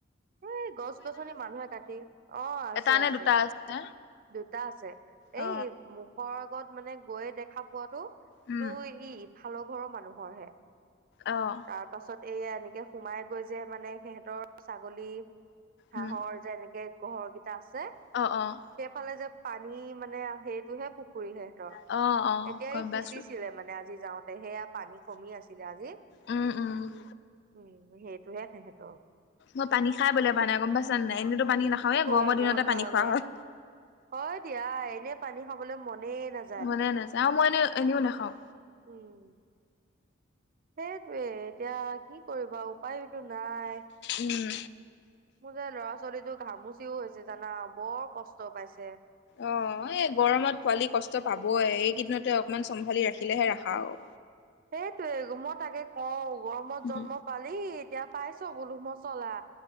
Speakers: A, on the right; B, on the left.
A: এই গছ-গছনি মানুহে কাটি, অঁ', -আছে-আছে।
B: এটা নে দুটা আছে
A: দেউতা আছে।
B: অ
A: এই মু- খৰ আগত মানে গৈয়ে দেখা পোৱাটো
B: উম
A: এইটো ইফালৰ ঘৰৰ মানুহৰ হে।
B: অঁহ।
A: তাৰ পাছত এইয়া এনেকে সোমাই গৈ যে মানে সিহঁতৰ ছাগলী- হাঁহৰ
B: উম
A: যে এনেকে ঘৰকেইটা আছে।
B: অঁহ', -অঁহ',।
A: সেইফালে যে পানী মানে সেইটোহে পুখুৰী হয়।
B: অ', অ',
A: এতিয়াই
B: গম
A: সিঁচিছিলে
B: পাইছোঁ।
A: মানে, আজি যাওঁতে সেয়া পানী কমি আছিলে আজি।
B: উমঁ-উমঁ।
A: উম' সেইটোহে সিহঁতৰ।
B: মই পানী খাই বলে পৰা নাই গম পাইছা নাই এনেতো পানী নাখাৱে
A: গৰমৰ
B: গৰম দিনতে
A: কাৰণে
B: পানী খোৱা হয়।
A: হয় দিয়া এনে পানী খাবলে মনে নায
B: মনে নাযা আও মই এনে এনেও নাখাওঁ।
A: উম। সেইটোৱে এতিয়া কি কৰিবা উপায়োটো নাই।
B: উম।
A: মোৰ যে ল'ৰা ছোৱালীটো ঘামুচিও হৈছে জানা বৰ কষ্ট পাইছে।
B: অ', এ, গৰমত পোৱালি কষ্ট
A: উম,
B: পাবই এই কিদিনতে অকমান চম্ভালি ৰাখিলেহে ৰাখা আৰু।
A: সেইটোৱে মই তাকে কওঁ গৰমত
B: উম,
A: জন্ম পালি এতিয়া পাইছ গোলু মচলা